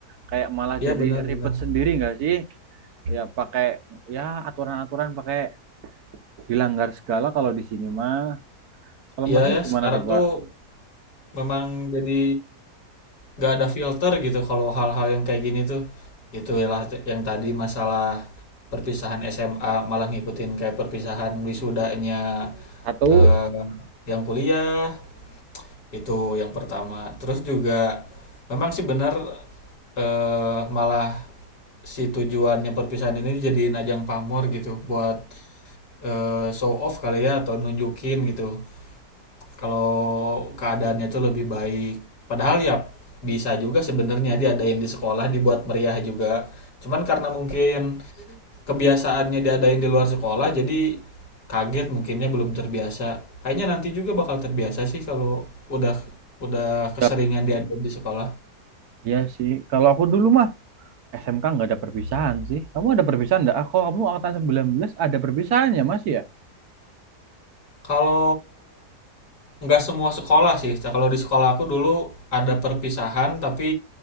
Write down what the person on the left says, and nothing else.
Iya
benar
benar.
Iya
ya
sekarang
tuh Memang jadi nggak ada filter gitu kalau hal-hal yang kayak gini tuh. Itulah t- yang tadi masalah perpisahan SMA malah ngikutin kayak perpisahan wisudanya
eh, yang kuliah itu yang pertama. Terus juga memang sih benar eh, malah si tujuannya perpisahan ini dijadiin ajang pamor gitu buat eh, show off kali ya atau nunjukin gitu kalau keadaannya itu lebih baik padahal ya bisa juga sebenarnya diadain di sekolah dibuat meriah juga cuman karena mungkin kebiasaannya diadain di luar sekolah jadi kaget mungkinnya belum terbiasa kayaknya nanti juga bakal terbiasa sih kalau udah udah keseringan
diadain di sekolah
kalau nggak semua sekolah sih. Nah, Kalau di sekolah aku dulu ada perpisahan, tapi